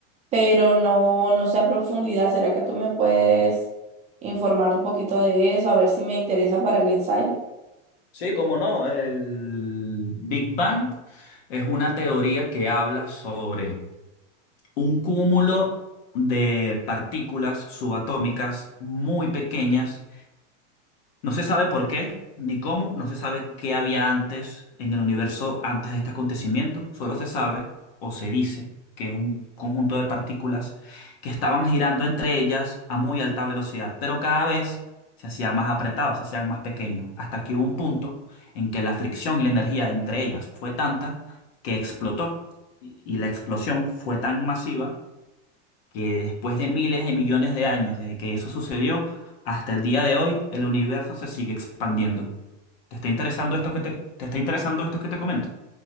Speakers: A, on the right (about 20°); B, on the left (about 55°).
A: pero no, no sé a profundidad. ¿Será que tú me puedes informar un poquito de eso? A ver si me interesa para el ensayo.
B: Sí, cómo no. El Big Bang es una teoría que habla sobre un cúmulo de partículas subatómicas muy pequeñas no se sabe por qué ni cómo, no se sabe qué había antes en el universo antes de este acontecimiento, solo se sabe o se dice que es un conjunto de partículas que estaban girando entre ellas a muy alta velocidad, pero cada vez se hacían más apretados, se hacían más pequeños, hasta que hubo un punto en que la fricción y la energía entre ellas fue tanta que explotó y y la explosión fue tan masiva que después de miles de millones de años desde que eso sucedió hasta el día de hoy, el universo se sigue expandiendo. ¿Te está interesando esto que te, te está interesando esto que te comento?